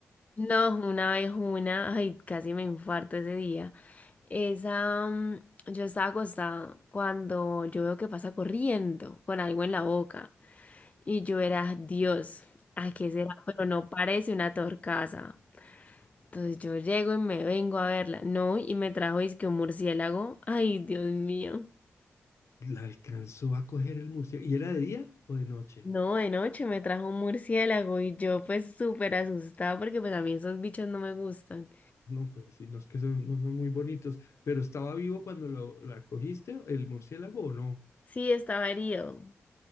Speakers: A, on the left; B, on the left.
A: No, una vez una, ay, casi me infarto ese día. Esa, mm, yo estaba acostada cuando yo veo que pasa corriendo con algo en la boca y yo era, Dios, ¿a qué será? Pero no parece una torcaza. Entonces yo llego y me vengo a verla. No, y me trajo que un murciélago. Ay, Dios mío.
B: La alcanzó a coger el murciélago. ¿Y era de día o de noche?
A: No, de noche me trajo un murciélago y yo pues súper asustada porque pues a mí esos bichos no me gustan.
B: No, pues sí, no es que son, no son muy bonitos, pero ¿estaba vivo cuando lo, la cogiste, el murciélago o no?
A: Sí, estaba herido.